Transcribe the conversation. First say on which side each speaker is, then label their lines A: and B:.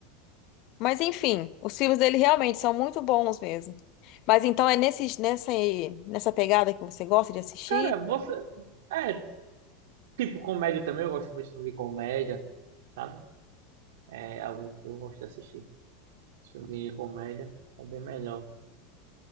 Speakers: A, on the left; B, on the right.
A: Mas enfim, os filmes dele realmente são muito bons mesmo. Mas então é nesse, nessa, nessa pegada que você gosta de assistir?
B: Cara, você. É, Tipo, comédia também, eu gosto muito de filme de comédia, sabe? É algo que eu gosto de assistir. Filme de comédia é bem melhor.